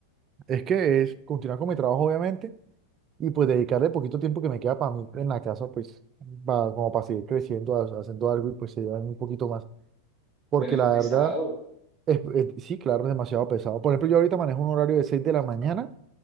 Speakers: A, on the right; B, in the centre.
A: es que es continuar con mi trabajo obviamente y pues dedicarle poquito tiempo que me queda para mí en la casa, pues para, como para seguir creciendo, ha- haciendo algo y pues se llevan un poquito más. Porque
B: pero es
A: la
B: pesado.
A: verdad, es, es- sí, claro, es demasiado pesado. Por ejemplo, yo ahorita manejo un horario de 6 de la mañana